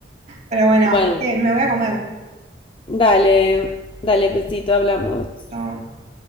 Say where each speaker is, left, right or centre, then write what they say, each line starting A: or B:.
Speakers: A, on the right; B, on the left.
A: Pero bueno,
B: bueno.
A: che, me voy a comer.
B: Dale, dale, besito, hablamos.
A: No.